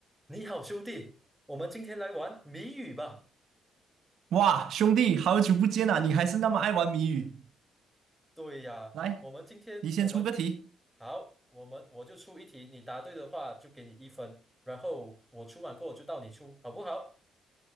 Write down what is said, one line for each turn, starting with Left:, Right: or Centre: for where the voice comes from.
Centre: 你好，兄弟，我们今天来玩谜语吧。
Right: 哇，兄弟，好久不见啊！你还是那么爱玩谜语。
Centre: 对呀，
Right: 来，
Centre: 我们今天我们
Right: 你先出个题，
Centre: 好，我们我就出一题，你答对的话就给你一分，然后我出完过后就到你出，好不好？